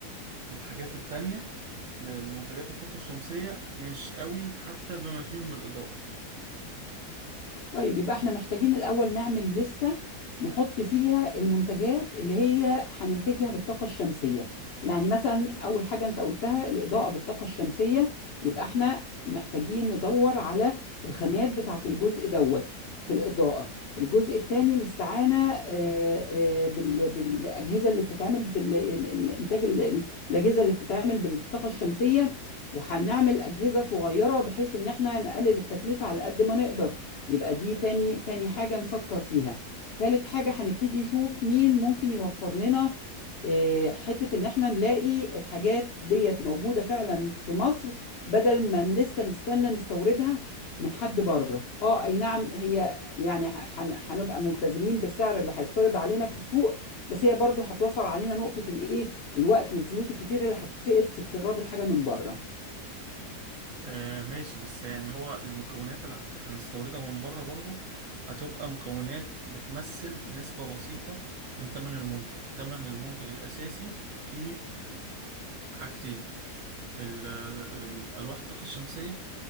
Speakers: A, on the right (about 65°); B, on the left (about 85°).
A: الحاجات التانية للمنتجات الطاقة الشمسية مش قوي حتى بما فيهم الإضاءة
B: طيب يبقى احنا محتاجين الأول نعمل لستة نحط فيها المنتجات اللي هي هننتجها بالطاقة الشمسية يعني مثلا أول حاجة أنت قلتها الإضاءة بالطاقة الشمسية يبقى احنا محتاجين ندور على الخامات بتاعة الجزء دوت في الإضاءة الجزء الثاني الاستعانة آه، آه، بال- بالأجهزة اللي بتتعمل بالإنتاج الأجهزة اللي بتتعمل بالطاقة الشمسية وهنعمل أجهزة صغيرة بحيث إن احنا نقلل التكلفة على قد ما نقدر يبقى دي تاني تاني حاجة نفكر فيها تالت حاجة هنبتدي نشوف مين ممكن يوفر لنا آه، حتة إن إحنا نلاقي الحاجات ديت موجودة فعلا في مصر بدل ما لسه نستنى نستوردها من حد بره اه اي نعم هي يعني ح- هن- هنبقى ملتزمين بالسعر اللي هيتفرض علينا في السوق بس هي برضو هتوفر علينا نقطة الايه الوقت والفلوس الكتير اللي هتتفقد في استيراد الحاجة من بره
A: آه ماشي بس يعني هو المكونات اللي هت- هنستوردها من بره برضو هتبقى مكونات بتمثل نسبة بسيطة من تمن المنتج تمن المنتج الأساسي في حاجتين ال- ال- ألواح الطاقة الشمسية